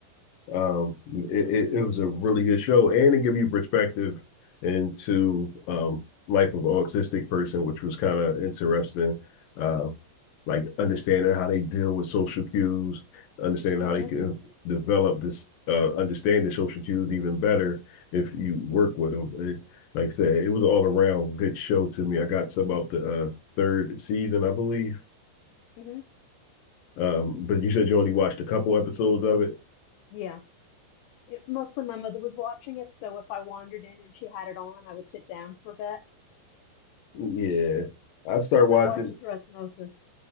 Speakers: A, on the left; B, on the left.
A: um it, it, was a really good show and it gave you perspective into um life of an autistic person which was kind of interesting uh like understanding how they deal with social cues understanding
B: hmm
A: how they can develop this uh understanding social cues even better if you work with them it, like i said it was all around good show to me i got to about the uh third season i believe
B: hmm
A: um but you said you only watched a couple episodes of it
B: Yeah. It, mostly my mother was watching it, so if I wandered in and she had it on, I would sit down for a bit.
A: yeah I started
B: So
A: watching
B: I watched it through osmosis.